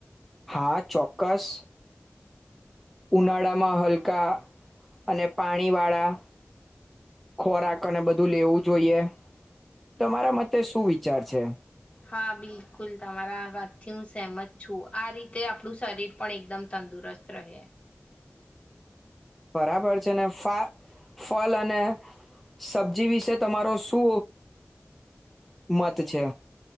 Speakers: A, in the centre; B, on the left.
A: હા ચોક્કસ ઉનાળામાં
B: હ
A: હલ કા અને પાણી વાળા ખોરાક અને બધું લેવું જોઈએ તમારા મતે શું વિચાર છે.
B: હા બિલકુલ તમારા વાતથી હું સહેમત છું આ રીતે આપણું શરીર પણ એકદમ તંદુરસ્ત રહે
A: બરાબર છે ને ફા ફલ અને સબ્જી વિશે તમા રોસુ મત છે